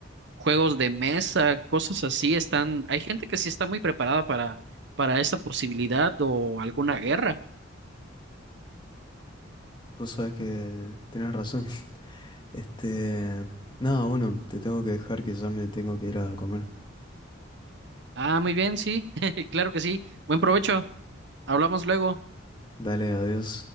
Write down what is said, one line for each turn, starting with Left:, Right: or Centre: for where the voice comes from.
Right: juegos de mesa, cosas así, están, hay gente que sí está muy preparada para, para esta posibilidad o alguna guerra.
Left: Vos sabés que tenés razón. <laughs> Este, nada, bueno, te tengo que dejar que ya me tengo que ir a comer.
Right: Ah, muy bien, sí, <laughs> claro que sí. Buen provecho. Hablamos luego.
Left: Dale, adiós.